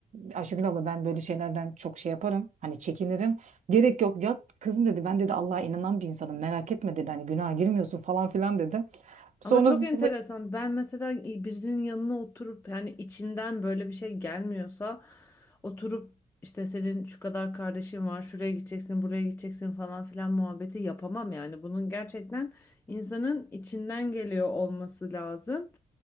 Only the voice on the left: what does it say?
Ama çok enteresan. Ben mesela e, birinin yanına oturup yani içinden böyle bir şey gelmiyorsa oturup işte senin şu kadar kardeşin var, şuraya gideceksin, buraya gideceksin falan filan muhabbeti yapamam yani. Bunun gerçekten insanın içinden geliyor olması lazım